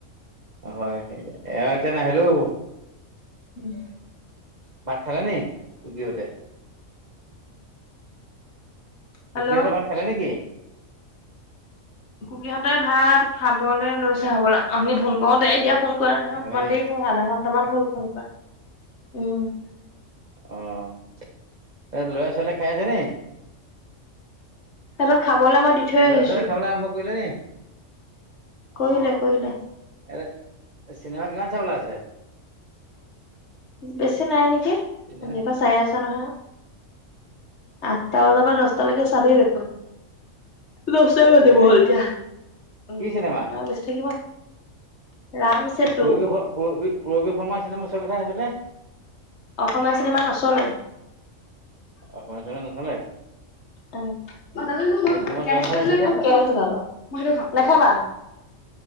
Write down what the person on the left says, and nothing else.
উম।
হেল্ল'
কুকীহঁতে ভাত খাবলৈ লৈছে হবলা, আপুনি ফোন কৰোঁতে এতিয়া ফোন কৰা নাই
অকনমান
দেৰি হ'ল হু আধা ঘন্টামান হ'ল ফোন কৰা উম।
সিহঁতট খাবলৈ মই দি থৈ আহিছো
কৰিলে
কৰিলে
বেছি নাই নেকি?
সিহঁতে চাই আছে নহয়। আঠটা বজাৰ পৰা দছটালৈকে চাবি দেখোন। দছটা
বাজিব
হ'ল এতিয়া উম
বেচি থাকিব। ৰাম চেতু
অসমীয়া চিনেমা নচলে।
অ <unintelligible>
নেখাবা?